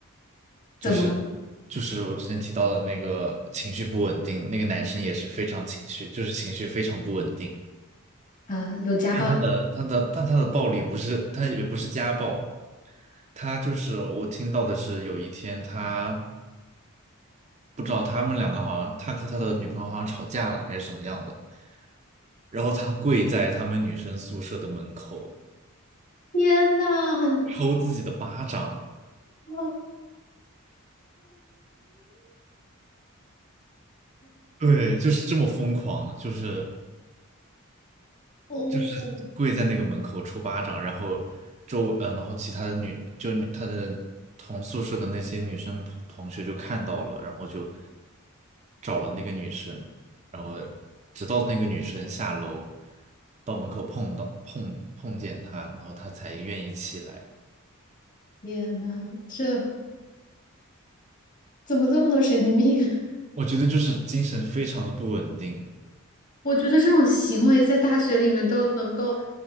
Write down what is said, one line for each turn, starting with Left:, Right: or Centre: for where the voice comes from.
Right: 就是
Left: 怎么了？
Right: 就是我之前提到的那个情绪不稳定，那个男生也是非常情绪，就是情绪非常不稳定。
Left: 啊，有家暴？
Right: 但他的他的但他的暴力不是，他也不是家暴，他就是我听到的是有一天他不知道他们两个好像他和他的女朋友好像吵架了还是怎么样的，然后他跪在他们女生宿舍的门口
Left: 天呐，很
Right: 抽自己的巴掌，
Left: 哦，
Right: 对，就是这么疯狂，就是。
Left: 哦，
Right: 就是跪在那个门口抽巴掌，然后周呃，然后其他的女就女她的同宿舍的那些女生朋同学就看到了，然后就找了那个女生，然后直到那个女生下楼到门口碰到碰碰见她，然后她才愿意起来。
Left: 天呐，这怎么这么多神经病啊？<laughs>
Right: 我觉得就是精神非常的不稳定
Left: 我觉得这种行为在大学里面都能够